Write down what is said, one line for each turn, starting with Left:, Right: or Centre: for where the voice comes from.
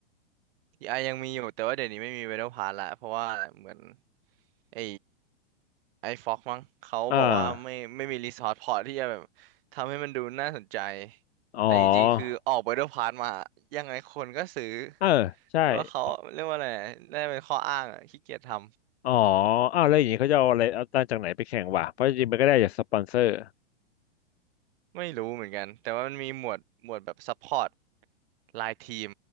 Right: ทีไอยังมีอยู่แต่ว่าเดี๋ยวนี้ไม่มีเวโรพาร์ละเพราะว่าเหมือนไอไอฟ็อกมั้งเขาบอกว่าไม่ไม่มีรีซอสพอที่จะแบบ
Left: อ่า
Right: ทำให้มันดูน่าสนใจ
Left: อ๋อ
Right: แต่จริงๆคือออกเวโรพาร์มายังไงคนก็ซื้อ
Left: เออใช่อ
Right: แต่ว่าเขาเรียกว่าอะไรน่าจะเป็นข้ออ้างอะขี้เกียจทำ
Left: ๋ออ้าวแล้วอย่างนี้เขาจะเอาอะไรเอาตังค์จากไหนไปแข่งวะเพราะจริงๆมันก็ได้จากสปอนเซอร์
Right: ไม่รู้เหมือนกันแต่ว่ามันมีหมวดหมวดแบบซัพพอร์ตไลน์ทีม